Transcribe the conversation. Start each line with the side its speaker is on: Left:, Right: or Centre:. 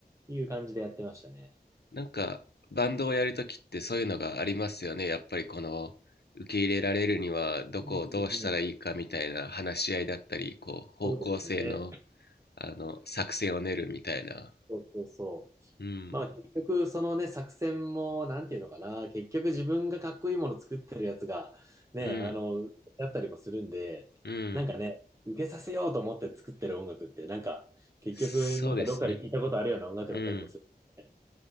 Right: いう感じでやってましたね。
Left: なんか、バンドをやるときってそういうのがありますよね。やっぱりこの、受け入れられるにはどこをどうしたらいいかみたいな話し合いだったり、
Right: うんうんうん。
Left: こう、方向性の、
Right: そうですね。
Left: あの、作戦を練るみたいな。
Right: そうそうそう。
Left: うん、
Right: まあ結局そのね作戦もなんていうのかな結局自分がかっこいいもの作ってるやつがねあのだったりもするんでなんかね受けさせようと思って作ってる音楽ってなんか結局なんかどっかで聞いたことあるような音楽だったりもするんで
Left: うん、うん。そうですね。うん。